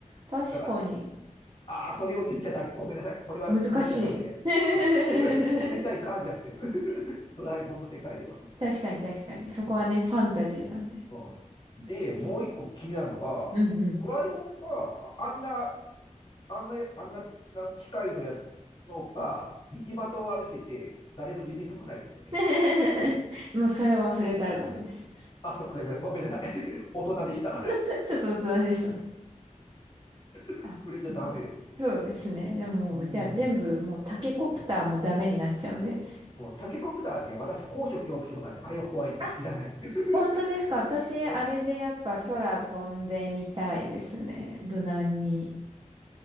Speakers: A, on the right (about 35°); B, on the left (about 35°).
A: 確かに。
B: だかああ、それを言っちゃダメ。ごめんなさい。これは触れちゃダメです。
A: 難しい。<laughs>
B: うん、触れちゃいかんやつです。<laughs> ドラえもんの世界では。
A: 確かに確かに。そこはね、
B: うん
A: ファンタジーなんで。
B: うん、で、もう一個気になるのが、
A: え、うんうん。
B: ドラえもんがああんな、あんな、あんなな機械のやつのが、道端を歩いてて、誰も指ささないですよね。
A: <laughs> もうそれは触れたらダメです。
B: あ、そう、すいません。ごめんなさい。<laughs> 大人でした。
A: <laughs> ちょっと大人でしたね。
B: <laughs>
A: あ、
B: 触れちゃダメですよね。
A: じそうですね。でも、
B: うん。
A: じゃあ全部もうタケコプターもダメになっちゃうんで。
B: うんタケコプターね、私、高所恐怖症なんで、あれは怖いにいらないですよ。
A: あ、本当ですか。私、
B: <laughs>
A: あれでやっぱ空飛んでみたいですね。無難に。